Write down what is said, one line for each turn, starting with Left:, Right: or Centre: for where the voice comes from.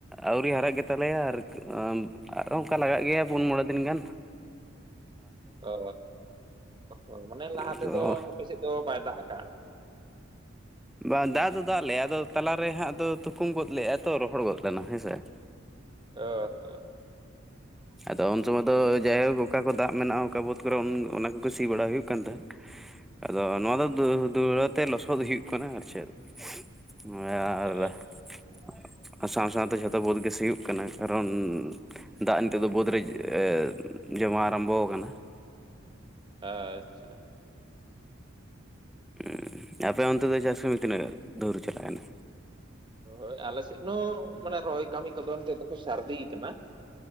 Centre: ᱟᱹᱣᱨᱤ ᱦᱟᱨᱟᱜ ᱜᱮᱛᱟ ᱞᱮᱭᱟ ᱟᱨ ᱟᱢ ᱟᱨᱚᱸ ᱚᱝᱠᱟ ᱞᱟᱜᱟᱜ ᱜᱮᱭᱟ ᱯᱩᱱ ᱢᱚᱬᱮ ᱫᱤᱱ ᱜᱟᱱ ᱾
Right: ᱚ ᱚ ᱢᱟᱱᱮ ᱞᱟᱦᱟ
Centre: ᱟᱫᱚ
Right: ᱛᱮᱫᱚ ᱟᱯᱮ ᱥᱮᱫ ᱫᱚ ᱵᱟᱭ ᱫᱟᱜ ᱠᱟᱜᱼᱟ ᱾ <inaudible>
Centre: ᱵᱟᱝ ᱫᱟᱜ ᱫᱚ ᱫᱟᱜ ᱞᱮᱭᱟ ᱟᱫᱚ ᱛᱟᱞᱟᱨᱮ ᱦᱟᱸᱜ ᱫᱚ ᱛᱩᱠᱩᱢ ᱜᱚᱫ ᱞᱮᱭᱟ ᱛᱚ ᱨᱚᱦᱚᱲ ᱜᱚᱫ ᱞᱮᱱᱟ ᱦᱮᱸᱥᱮ ᱾
Right: ᱚ ᱾
Centre: ᱟᱫᱚ ᱩᱱ ᱥᱚᱢᱚᱭ ᱫᱚ ᱡᱟᱭᱦᱳᱠ ᱚᱠᱟ ᱠᱚ ᱫᱟᱜ ᱢᱮᱱᱟᱜᱼᱟ ᱚᱠᱟ ᱵᱟᱹᱫᱽ ᱠᱚᱨᱮ ᱩᱱ ᱚᱱᱟ ᱠᱚᱠᱚ ᱥᱤ ᱵᱟᱲᱟ ᱦᱩᱭᱩᱜ ᱠᱟᱱ ᱛᱟᱦᱮᱸᱫ ᱾ ᱟᱫᱚ ᱱᱚᱣᱟ ᱫᱚ <inaudible> ᱫᱩᱲᱟᱹ ᱛᱮ ᱞᱚᱥᱚᱫ ᱦᱩᱭᱩᱜ ᱠᱟᱱᱟ ᱟᱨ ᱪᱮᱫ ᱾ <inaudible> ᱟᱨ
Right: ᱮ,
Centre: ᱾ ᱟᱨ ᱥᱟᱶ ᱥᱟᱶ ᱛᱮ ᱡᱷᱚᱛᱚ ᱵᱟᱹᱫᱽ ᱜᱮ ᱥᱤᱭᱳᱜ ᱠᱟᱱᱟ ᱠᱟᱨᱚᱱ <inaudible> ᱫᱟᱜ ᱾ ᱛᱚᱜ ᱫᱚ ᱵᱟᱹᱫᱽ ᱨᱮ <inaudible> ᱡᱚᱢᱟ ᱟᱨᱟᱢᱵᱚ ᱠᱟᱱᱟ ᱾
Right: ᱟᱪᱷᱟ ᱾
Centre: <inaudible> ᱟᱯᱮ ᱚᱱᱛᱮ ᱫᱚ ᱪᱟᱥ ᱠᱟᱹᱢᱤ ᱛᱤᱱᱟᱹᱜ ᱫᱷᱳᱲ ᱪᱟᱞᱟᱣ ᱠᱟᱱᱟ?
Right: ᱦᱳᱭ ᱟᱞᱮ ᱥᱮᱫ ᱦᱚᱸ ᱢᱟᱱᱮ ᱨᱚᱦᱚᱭ ᱠᱟᱹᱢᱤ ᱠᱚᱫᱚ ᱱᱤᱛᱚᱜ ᱫᱚᱠᱚ ᱥᱟᱨᱫᱤ ᱠᱟᱱᱟ ᱾